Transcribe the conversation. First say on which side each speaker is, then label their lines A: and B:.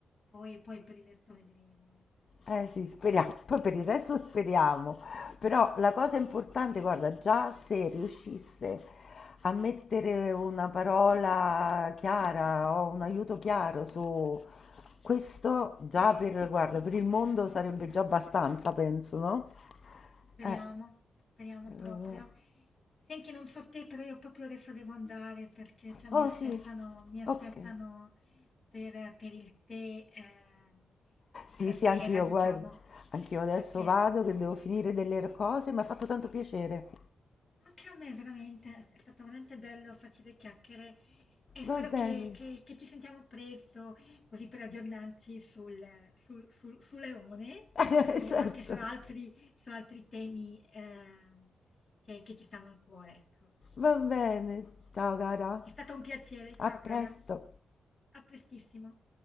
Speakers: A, on the left; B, on the left.
A: poi, poi per il resto vedremo, eh, perché...
B: Eh sì, speriamo, poi per il resto speriamo, però la cosa importante, guarda, già se riuscisse a mettere una parola chiara o un aiuto chiaro su questo, già per, guarda, per il mondo sarebbe già abbastanza, penso, no?
A: Speriamo,
B: Eh,
A: speriamo proprio.
B: eh,
A: Senti, non so te, però io proprio adesso devo andare perché cioè,
B: oh
A: mi aspettano,
B: sì,
A: mi aspettano
B: ok.
A: per, per il tè eh, della
B: Sì, sì,
A: sera,
B: anch'io,
A: <laughs> diciamo,
B: guarda, anch'io adesso
A: perché
B: vado che devo finire delle cose, mi ha fatto tanto piacere.
A: Anche a me veramente, è stato veramente bello farci due chiacchiere e spero
B: Va bene,
A: che, che- che ci sentiamo presto, così per aggiornarci sul, sul, sul- su Leone,
B: <laughs>
A: e,
B: certo.
A: ma anche su altri, su altri temi eh, che, che ci stanno al cuore, ecco.
B: Va bene, ciao cara,
A: È stato un piacere,
B: a
A: ciao cara,
B: presto.
A: a prestissimo.